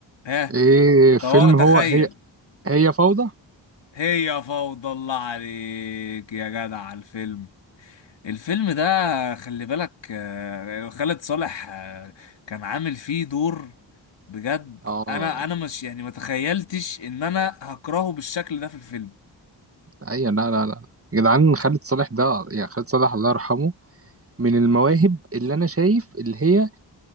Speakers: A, on the left; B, on the right.
A: ها
B: ايه فيلم
A: تو- تخيل
B: هو هي هي فوضى
A: هي فوضى الله عليك يا جدع على الفيلم الفيلم ده خلي بالك آه، خالد صالح آه، كان عامل فيه دور بجد
B: اه
A: انا انا مش يعني ما تخيلتش ان انا هكرهه بالشكل ده في الفيلم
B: ايوه لا لا لا يا جدعان خالد صالح ده يعني خالد صالح الله يرحمه من المواهب اللي انا شايف اللي هي